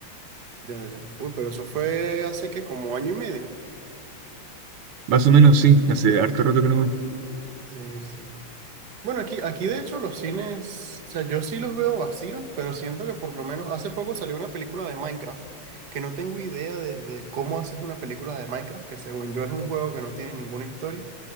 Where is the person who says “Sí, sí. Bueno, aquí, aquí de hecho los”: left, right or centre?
Right